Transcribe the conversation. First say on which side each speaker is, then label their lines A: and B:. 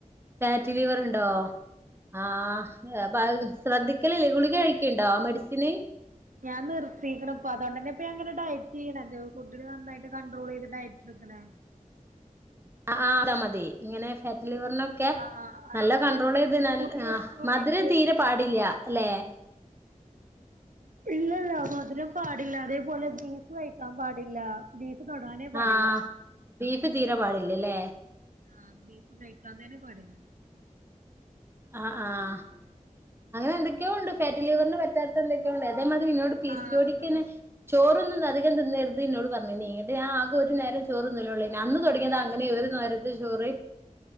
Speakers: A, on the right; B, on the right.
A: ഫാറ്റ്ലിവറ്ണ്ടോ ആഹ്. അപ്പഹ് ശ്രദ്ധിക്കല്ല്ലേ ഗുളിക കഴിക്ക്ണ്ടോ മെഡിസിന്.
B: ഞാ നിർത്തിക്ക്ണ്പ്പ അതൊണ്ടെന്നെപ്പൊ ഞാങ്ങനെ ഡയറ്റെയ്യണ തു ഫുഡില് നന്നായിട്ട് കണ്ടട്രോളെയ്ത് ഡയറ്റ്ട്ക്കണേ.
A: അ ആഹ് അത മതി ങ്ങനെ ഫാറ്റ്ലിവറിന ക്കെ
B: ആഹ് അയിന്
A: നല്ല കൺണ്ട്രോളെയ്ത് ഞന്
B: ഫുഡില്
A: ആഹ്
B: കണ്ട്രോൾ
A: മധുരം
B: ചെയ്യല്
A: തീരെ പാടില്ല്യ ലെ.
B: ഇല്ലല്ല മധുരം പാടില്ല അതേപോലെ ബീഫ് കഴിക്കാ പാടില്ല. ബീഫ് തൊടാനേ പാടില്ല.
A: ആഹ് ബീഫ് തീരെ പാടില്ലല്ലേ
B: ഉം ബീഫ് കഴിക്കാ തന്നെ പാടില്ല.
A: ആഹ് ആഹ് അങ്ങനെന്തൊക്ക്യോണ്ട് ഫാറ്റി ലിവർന് പറ്റാത്ത എന്തൊക്ക്യോണ്ട് അതേ മതിരി ന്നോട്. പി
B: ആഹ്
A: സി ഒ ഡി ക്കന്നെ ചോറൊന്നും അധികം തിന്നേര്ത് ന്നോട് പറഞ്ണ് ന്നട് ആ. പ്പൊരു നേരം ചോറ്ന്നലൊള്ളേനി അന്ന് തൊട്ങ്ങ്യതാ അങ്ങനെ ഒരു നേരത്തെ ചോറ്.